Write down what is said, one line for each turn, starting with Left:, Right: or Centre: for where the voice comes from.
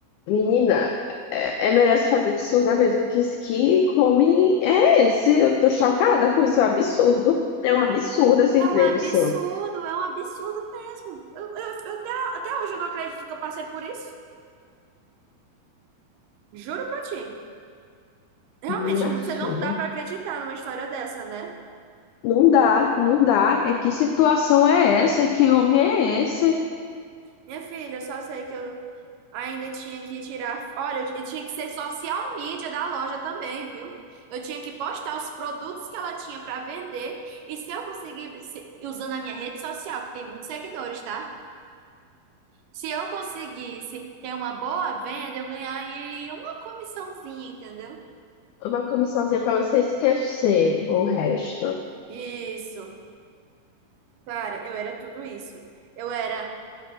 Left: Menina, é, é melhor se fazer de surda mesmo, que isso que come é esse. Eu tô chocada com isso, é um absurdo. É um absurdo esse emprego
Right: É um absurdo,
Left: seu.
Right: é um absurdo mesmo. Eu, eu- eu até, até hoje eu não acredito que eu passei por isso. Juro pra ti. Realmente,
Left: Minha
Right: você
Left: filha,
Right: não dá pra acreditar numa história dessa, né?
Left: não dá, não dá. É que situação é essa? É que homem é esse?
Right: Minha filha, eu só sei que eu ainda tinha que tirar. Olha, eu tinha que ser social media da loja também, viu? Eu tinha que postar os produtos que ela tinha pra vender. E se eu conseguisse, usando a minha rede social, que tem muitos seguidores, tá? Se eu conseguisse ter uma boa venda, eu ganharia uma comissãozinha, entendeu?
Left: Uma comissãozinha para você esquecer o resto.
Right: Isso. Cara, eu era tudo isso. Eu era,